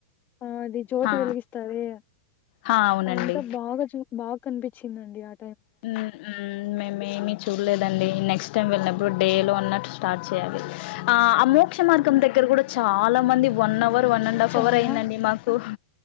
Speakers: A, on the left; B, on the left.
A: ఆ అది జ్యోతి
B: హా
A: వెలుగిస్తారె
B: హా అవునండి
A: అదంతా బాగ చు బాగ్ కనిపించిందండి ఆ
B: హ్మ హ్మ మేమ ఏమీ చూడలేదండి నెక్స్ట్ టైం వెళ్ళినప్ డే లో అన్నట్టు స్టార్ట్ చేయాలి ఆ ఆ మోక్ష మార్గం దగ్గర కూడా చాలా మంది one hour one and half
A: చాలా
B: hour అయిందండి మాకు